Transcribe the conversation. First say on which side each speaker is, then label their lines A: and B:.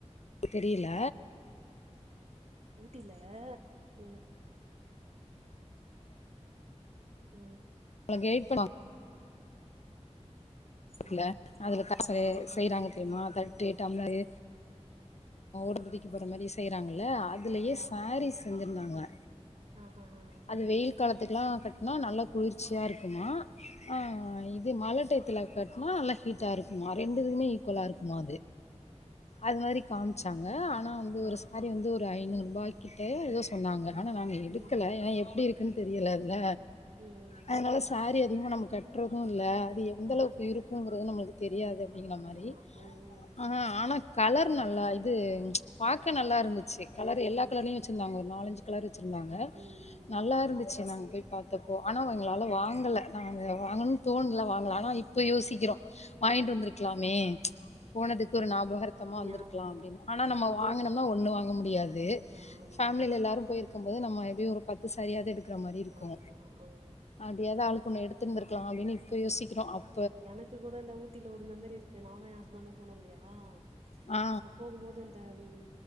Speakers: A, on the left (about 65°); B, on the right (about 65°).
A: தெரில
B: ஊட்டில ம் ம்
A: உங்கள கெய்ட் பண்ணு இருக்குல்ல
B: ம்
A: அதுல தாஸ்சரு செய்றாங்க
B: ம்
A: தெரியுமா தட்டு டம்ளரு ஓறபதிக்கு போற மாரி செய்றாங்கல்ல இதுலயே
B: ஆமா
A: சாரீ செஞ்சிருந்தாங்கலா
B: ஆ ஹா
A: அது வெயில் காலத்துக்குலா கட்னா நல்லா குளுர்ச்சியா இருக்குமா ஆ இது மழ டை த்ல கட்னா நல்லா ஹீட்டா இருக்குமா ரெண்டு இதுமே ஈக்வலா
B: ம்
A: இருக்குமா அது மாரி காம்ச்சாங்க ஆனா வந்து ஒரு
B: ஆ
A: சாரி வந்து ஒரு ஐநூறு ரூபாய் கிட்ட எதோ சொன்னாங்க
B: ம்
A: ஆனா நாங்க எடுக்கல
B: ம்
A: ஏனா எப்டி இருக்குன் தெரில அதுல
B: ம் ம் ம்
A: அதுனால சாரி அதிகமா நம்ம கட்றது இல்ல இது எந்த அளவுக்கு
B: ஆமா
A: இருக்குங்கறது நமளுக்கு தெரியாது அப்டிங்கிற
B: ஆமா
A: மாரி
B: ம்
A: ஆ ஆனா கலர் டு நல்லா இது பாக்க நல்லா இருந்துச்சு கலர் எல்லா
B: ம்
A: கலர்லயு வச்சுருந்தாங்க ஒரு நாலஞ்சு கலர் வச்சுருந்தாங்க
B: ம்
A: நல்லா இருந்துச்சு நாங்க போய் பாத் துக்கோ ஆனா எங்களால
B: ம் ம்
A: வாங்கல நாங்க வாங்கணுனு தோணல வாங்கல ஆனா இப்ப யோசிக்கிறோ வாங்கிட்டு
B: ம்
A: வந்திருக்கலாமே போனதுக்கு
B: ம்
A: ஒரு நாபகார்த்தமா
B: ம்
A: வந்துருக்
B: ஆமாமா
A: லா அப்டின்னு ஆனா நம்ம
B: இது
A: வாங்கனம்னா ஒண்ணு வாங்க முடியாது
B: ஆமா
A: ஃபேம்லீல எல்லாரு போயிரு க்கும் போது நம்ம எப்டியு ஒரு பத்து சாரியாவது எடுக்குற மாரி இருக்கு
B: ஆமா ம்
A: அப்டியாவது ஆளுக்கொண்ணு எடுத்திருந்துருக்கலா அப்டின் இப்ப யோசிக்கிறோ அப்
B: எனக்கு கூட இந்த ஊட்டில ஒரு மெமரி இருக்கு நானு எ ஹஸ்பண்ட போனோ இல்லயா
A: ஆ
B: அப்ப போகும் போது அது இந்த வீம்